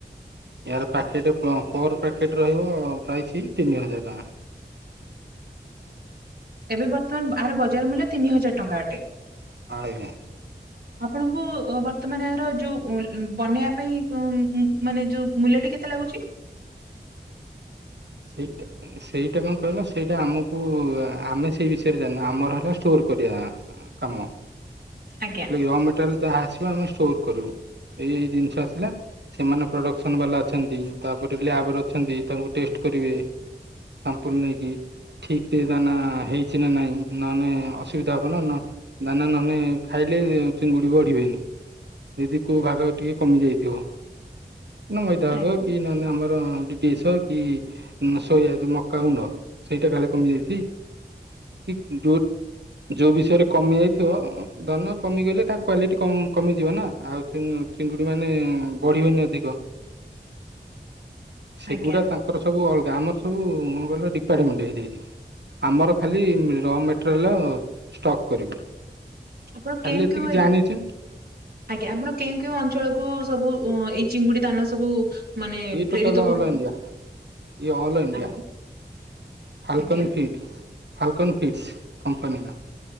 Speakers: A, on the right; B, on the right.
A: ୟାର ପ୍ୟାକେଟ୍ ପର୍ ପ୍ୟାକେଟ୍ ରହିବ ପ୍ରାଇସି ତିନି ହଜାର ଟଙ୍କା।
B: ଏବେ ବର୍ତ୍ତମାନ ଆର ବଜାର ମୂଲ୍ୟ ତିନି ହଜାର ଟଙ୍କା ଅଟେ।
A: ଆଜ୍ଞା।
B: <inaudible> ଆପଣଙ୍କୁ ବର୍ତ୍ତମାନ ଏହାର ଯୋଉ ବନେଇବା ପାଇଁ ମାନେ ଯୋଉ ମୂଲ୍ୟଟି କେତେ ଲାଗୁଛି?
A: ସେଇଟା ସେଇଟା କଣ କହିଲ ସେଇଟା ଆମକୁ ଆମେ ସେଇ ବିଷୟରେ ଜାଣିନୁ ଆମର ହେଲା ଷ୍ଟୋର କରିବା। କାମ।
B: ଆଜ୍ଞା।
A: ହେଲେ ର ମେଟୋରିଆଲ ଯାହା ଆସିବ ଆମେ ଷ୍ଟୋର କରିବୁ ଏଇ ଏଇ ଜିନିଷ ଆସିଲା ସେମାନେ ପ୍ରଡ଼କ୍ସନ୍ ବାଲା ଅଛନ୍ତି ତାପରେ ଲ୍ୟାବରେ ଅଛନ୍ତି ତାଙ୍କୁ ଟେଷ୍ଟ କରିବେ। ଶାମ୍ପୂଲ୍ ନେଇକି। ଠିକ ରେ ଦାନା ହେଇଛି ନା ନାଇଁ ନହେଲେ ଅସୁବିଧା ହବ ନା ଦାନା ନହେଲେ ଖାଇଲେ ଚିଙ୍ଗୁଡି ବଢିବେନି ଯଦି କୋଉ ଭାଗ ଟିକେ କମି ଯାଇଥିବ। ନା ମଇଦା
B: ଆଜ୍ଞା
A: ଭାଗ କି ନହେନେ ଆମର ଟିଡିଏସ କି ସୋୟା ଯୋଉ ମକା ଗୁଣ୍ଡ। ସେଇଟା କାଲେ କମିଯାଇଛି? ଠିକ ଯୋଉ ଯୋଉ ବିଷୟରେ କମି ଯାଇଥିବ ଧରିନିଅ କମିଗଲେ ତାଙ୍କ କ୍ୱଵାଲିଟି କମିଯିବ ନା ଆଉ ଚିଙ୍ଗୁଡ଼ି ମାନେ ବଢ଼ିବେନି ଅଧିକ।
B: <inaudible>
A: ସେଗୁଡା
B: ଆଜ୍ଞା
A: ତା ତାଙ୍କର ସବୁ ଅଲଗା ଆମର ସବୁ କଣ କହିଲ ଡିପାର୍ମଣ୍ଟ ହେଇଯାଇଛି ଆମର ଖାଲି ର ମେ ମିଟରାଲ ଷ୍ଟକ୍ କରିବୁ।
B: ଆପଣ
A: ଖାଲି
B: କେଉଁ
A: ଏତିକି
B: କେଉଁ ଏରି
A: ଜାଣିଛି
B: ଆଜ୍ଞା ଆପଣ କେଉଁ କେଉଁ ଅଞ୍ଚଳ କୁ ସବୁ ଏଇ ଚିଙ୍ଗୁଡି ଦାନା ସବୁ ମାନେ
A: ଏଇ ଟୋଟଲ
B: ପ୍ରେରିତ କରୁଛନ୍ତି
A: ଅଲ ଇଣ୍ଡିଆ ଇଏ ଅଲ ଇଣ୍ଡିଆ।
B: ଆଜ୍ଞା
A: ହାଲକାନ
B: ଆଜ୍ଞା
A: ଫିଡ୍ ହାଲକାନ ଫିଡ୍ସ କୋମ୍ପାନୀ ନା।